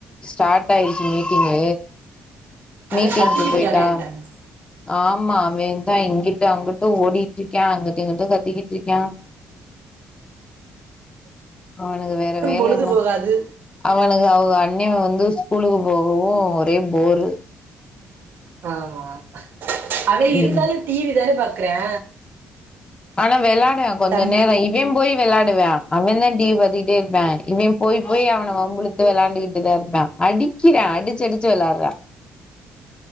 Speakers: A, on the left; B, on the right.
A: ஸ்டார்ட் ஆயிருச்சு மீட்டிங்கு
B: அதா
A: மீட்டிங்க்கு
B: கத்திக்கிட்டு
A: போயிட்டா
B: இருக்காங்க என்கிட்ட
A: ஆமா அவேந்தா இங்கிட்டு அங்கிட்டு ஓடிட்டிருக்யா அங்கட்டு இங்கிட்டு கத்திக்கிட்டிருக்யா அவனுக்கு வேற வேல
B: பொழுது
A: என்ன
B: போகாது
A: அவனுக்கு அவுங்க அன்னே வந்து ஸ்கூலுக்கு போகவு ஒரே போரு
B: ஆமா அவே இருந்தாலு
A: ம்
B: டிவி தானே பாக்குறா
A: ஆனா வெளாடுவே கொஞ்ச
B: தம்பி
A: நேரோ இ இவே போயி வெளாடுவ்யா அவேந்தா டிவி பாத்துகிட்டே இருப்யா இவே போயி போயி அவன வம்புழுத்து வெளாண்டுக்கிட்டுதா இருப்யா அடிக்கிறா அடிச்சி அடிச்சி வெளாட்றா